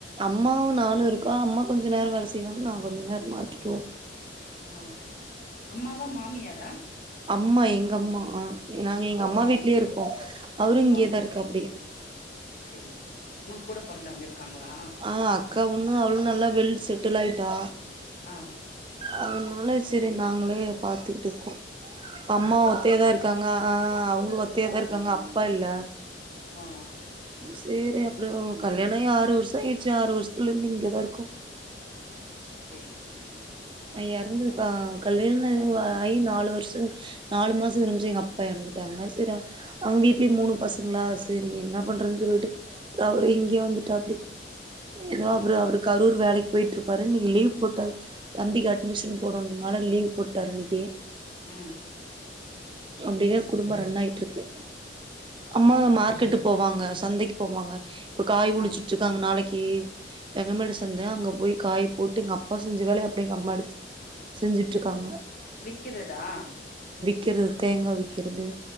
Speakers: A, on the right; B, on the left.
A: அம்மாவு நானு இருக்கோ அம்மா கொஞ்ச நேர வேல செய்வாங்க நா கொஞ்ச நேர மாத்திக்குவே
B: ஓ அம்மாவா மாமியாரா
A: அம்மா எங்கம்மா ஆஹ் நாங்க எங்கம்மா
B: ஓ ஓ
A: வீட்லே இருக்கோ அவரு இங்கேதா
B: ஓ
A: இருக்காப்டி
B: சேரி உங்க கூட பொறந்தவ்ங்க இருக் காங்ளா
A: ஆ அக்கா ஒன்னு அவளு நல்லா வெல் செட்டில் ஆயிட்டா
B: ஆஹ்
A: அதனால செரி நாங்களே பாத்துக்கிட்டு இருக்கோ அம்மா ஒத்தையதா இருக்காங்க ஆஹ் அவ்ங்களு ஒத்தயா தா இருக்காங்க அப்பா இல்ல
B: ஆஹ்
A: சேரி அப்றோ கல்யாண ஆகி ஆறு வர்ஷ ஆயிர்ச்சு ஆறு வர்ஷத்துலருந்து இங்கதா இருக்கோ
B: செரி செரிங்க
A: அஹ் எறந்துட்டாங் கல்யாண்னாகி ஆயி நாலு வர்ஷம் நாலு மாச முடிஞ்சு எங்க அப்பா எறந்துட்டாங்க செரி அவ்ங்க வீட்லயு மூணு பசங்களா செரி என்ன பண்றதுன் சொல்லிட்டு அவரு இங்கெ வந்துட்டாப்டி எதோ
B: ஓ
A: அப்டி அவரு கரூர் வேலைக் போயிட்ருப்பாரு இன்னக்கி லீவ் போட் டு தம்பிக்கு அட்மிஷன் போடனுனால லீவ் போட்டாரு இன்னக்கி
B: உம்
A: அப்டியே குடும்ப ரன் ஆயிட்ருக்கு அம்மாவா
B: சேரி
A: மார்க்கெட்டு் போவாங் க சந்தைக்கு போவாங்க இப்ப காய் உழிச்சுட்டு
B: ஆ
A: இருக்காங்க நாளைக்கு கி வெங்கமேடு சந்த அங்க போய் காய போட்டுங்கப் ப்பா செஞ்ச வேலய அப்டே எங்க அம்மா எடுத்து செஞ்சுட்டுருக்காங்க
B: விக்கிறதா
A: கிறது தேங்கா விக்கிறது